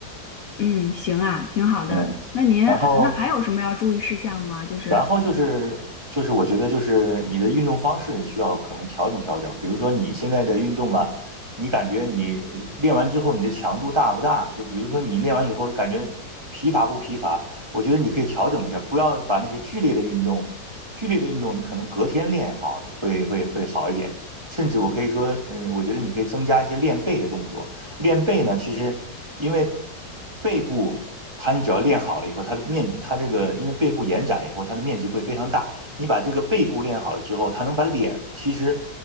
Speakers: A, on the left; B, on the right.
A: 嗯，行啊，挺好的。
B: 嗯，
A: 那您还那还有什么要注意事项吗？
B: 然后
A: 就是
B: 然后就是就是我觉得就是你的运动方式需要可能调整调整，比如说你现在的运动吧，你感觉你练完之后你的强度大不大？就比如说你练完以后感觉疲乏不疲乏？我觉得你可以调整一下，不要把那些剧烈的运动，剧烈的运动你可能隔天练好会会会好一点，甚至我可以说，嗯，我觉得你可以增加一些练背的动作。练背呢，其实因为背部，它你只要练好了以后，它的面，它这个因为背部延展以后，它的面积会非常大。你把这个背部练好了之后，它能把脸，其实，